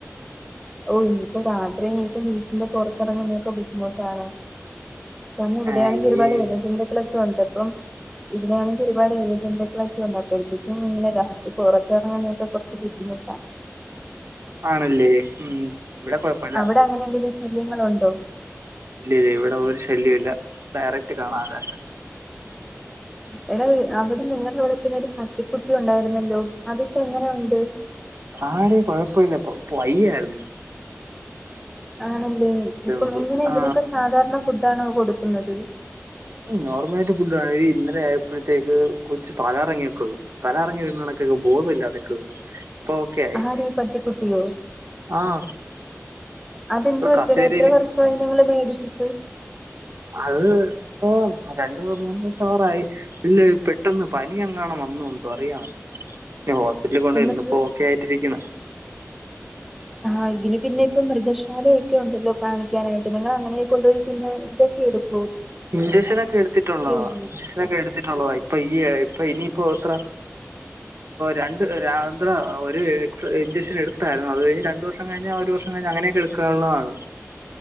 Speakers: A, in the centre; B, on the right (about 55°).
A: ഓ ഇനിയിപ്പോ രാത്രി ഇനിയിപ്പ വീട്ടിന്റെ പുറത്തിറങ്ങനൊക്കെ ബുദ്ധിമുട്ടാടാ.. തന്നെ ഇവിടെയാണെങ്കിൽ
B: അയ്യേ
A: ഒരുപാട് എഴ ജന്തുക്കൾ ഒക്കെ ഉണ്ട് അപ്പം... ഇതിനാണെങ്കിൽ ഒരുപാട് എഴജന്തുക്കൾ ഉണ്ട് അപ്പോഴത്തക്കും ഇങ്ങനെ രാത്രി പുറത്ത്ഇറങ്ങാൻഒക്കെ കുറച്ച് ബുദ്ധിമു... പ്പ..
B: ആണല്ലേ ഉം.. ഇവിടെ കുഴപ്പല്ല
A: അവിടെ അങ്ങനെ എന്തെങ്കിലും ശല്യങ്ങൾ ഉണ്ടോ..
B: ഇല്ല ഇല്ല ഇവിടെ ഒരു ശല്യ ഇല്ല ഡയറക്ട് കാണാം ആകാശം..
A: എടാ അവിടെ നിങ്ങടെ അവിടെ പിന്നെ ഒരു പട്ടിക്കുട്ടി ഉണ്ടായിരുന്നല്ലോ അതിപ്പോ എങ്ങനെയു..
B: ആടി കൊഴപ്പില്ലപ്പം വയ്യയ്രുന്നു..
A: ആണല്ലേ ഇപ്പം
B: മുമ്പ്
A: ഇങ്ങനെ ഇതിനൊക്കെ
B: ആ
A: സാധാരണ ഫുഡ്‌ ആണോ കൊടുക്കുന്നത്...
B: ഉം നോർമലായിട്ട് ഫുഡ്‌ ഇന്നലെ ആയപ്പോതെക് കൊച് തലാറങ്ങിയൊക്കെ വീണു തല കറങ്ങി വിയ്... ക്ക ബോധില്ലാതൊക്കെ ആയി ഇപ്പൊ ഓ ക്കെ ആയി
A: ആര് ഈ പട്ടിക്കുട്ടിയോ
B: ആഹ്.
A: അതെന്ത്
B: ഒരു
A: പറ്റിയെടാ
B: കസേരിൽ
A: എത്ര വർഷമായി നിങ്ങള് മേടിച്ചിട്ട്
B: അത്.. ആ രണ്ടു മൂന്ന് ദിവസം ആവാറായി ഇല്ല പെട്ടെന്ന് പനിയങ്ങനും വന്നു എന്തോ അറിയണല്ലേ.... ഹോസ്പിറ്റലിൽ കൊണ്ട്
A: എന്നിട്ട്
B: പോയി ഇന്ന് ഇപ്പോ ഒക്കെ ആയിട്ടിരിക്കുന്നു....
A: ആഹ ഇതിന് പിന്നെ ഇപ്പൊ മൃഗശാലയൊക്കെ ഉണ്ടല്ലോ കാണിക്കാനായിട്ട് നിങ്ങൾ അങ്ങനെയൊക്ക കൊണ്ടുപോയി പിന്നെ ഇതൊക്കെ എടുക്കും...
B: ഇഞ്ചക്ഷനൊക്കെ എടുത്തിട്ടുള്ളതാ
A: ഇല്ലേ
B: ഇഞ്ചക്ഷനൊക്കെ എടുത്തിട്ടുള്ളതാ ഇപ്പൊ ഈ ഇപ്പൊ ഇനിയിപ്പോ എത്ര... രണ്ട്ന്ധ്ര ഒരു ഇഞ്ചക്ഷൻ എടുത്തായിരുന്നു അത് ഇ രണ്ട് വർഷം കഴിഞ്ഞൽ... ഒരു വർഷം കഴിഞ്ഞാൽ അങ്ങനെ ഒക്കെ എടുക്കാനുള്ളതാണ്..